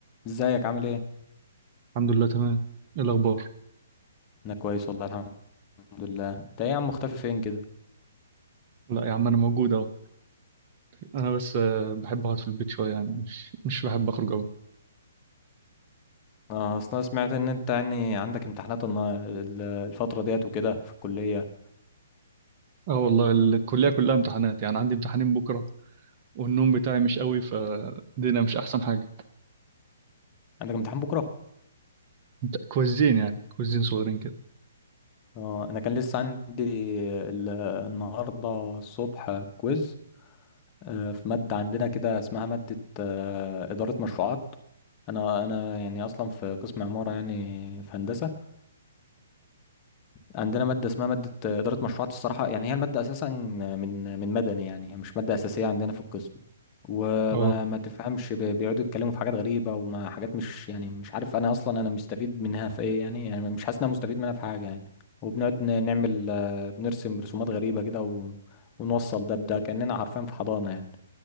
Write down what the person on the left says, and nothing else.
ازيك عامل ايه
انا كويس والله الحمد لله انت ايه يا عم مختفي فين كده
اه اصل انا سمعت ان انت يعني عندك امتحانات النا- ال- الفتره ديت وكده في الكليه
عندك امتحان بكره
اه انا كان لسه عندي ال- النهارده الصبح كويز اه، في ماده عندنا كده اسمها ماده اه، اداره مشروعات انا انا يعني اصلا في قسم عماره يعني في هندسه عندنا مادة اسمها مادة إدارة مشروعات الصراحة يعني هي المادة أساسا من من مدني يعني هي مش مادة أساسية عندنا في القسم وما
ما تفهمش ب- بيقعدوا يتكلموا في حاجات غريبة وما حاجات مش يعني مش عارف أنا أصلا أنا مستفيد منها في إيه يعني يعني مش حاسس إن أنا مستفيد منها في حاجة يعني وبنقعد ن- نعمل آه، بنرسم رسومات غريبة كده و- ونوصل ده بده كأننا حرفيا في حضانة يعني